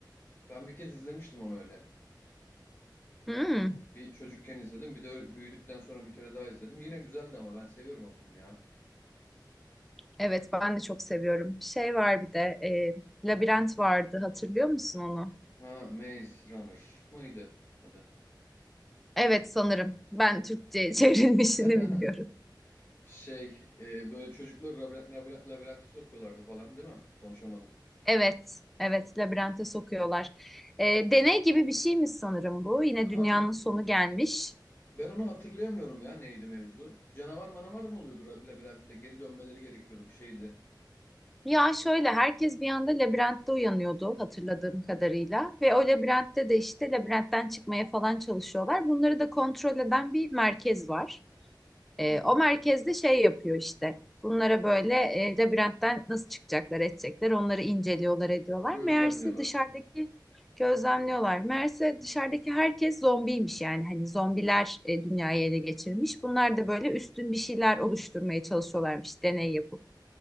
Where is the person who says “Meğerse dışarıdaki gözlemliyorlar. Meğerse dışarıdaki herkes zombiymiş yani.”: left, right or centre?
Centre